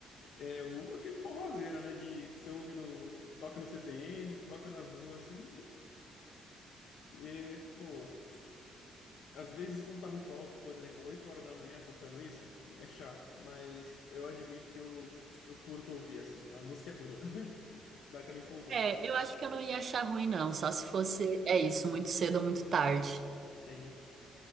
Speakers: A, on the left; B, on the right.
A: é o, aquele forrozeiro, né? De, que você ouve no. Que toca no CTN, que toca nas ruas, assim. E, pô, às vezes quando tá muito alto, por exemplo, 8 horas da manhã tocando isso, é chato. Mas eu admito que eu, eu curto ouvir, assim. A música é boa. <laughs> Dá aquela empolgada.
B: É, eu acho que eu não ia achar ruim, não, só se fosse, é isso, muito cedo ou muito tarde.
A: Sim.